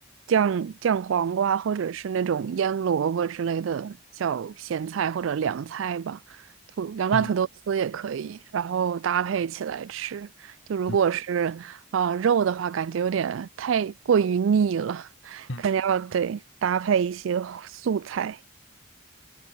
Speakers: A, on the right; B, on the left.
A: 酱酱黄瓜，或者是那种腌萝卜之类的小咸菜或者凉菜吧，土凉拌土豆丝也可以，
B: 嗯
A: 然后搭配起来吃。就如果是啊、
B: 嗯
A: 呃肉的话，感觉有点太过于腻了，
B: 嗯。
A: 肯定要对搭配一些素菜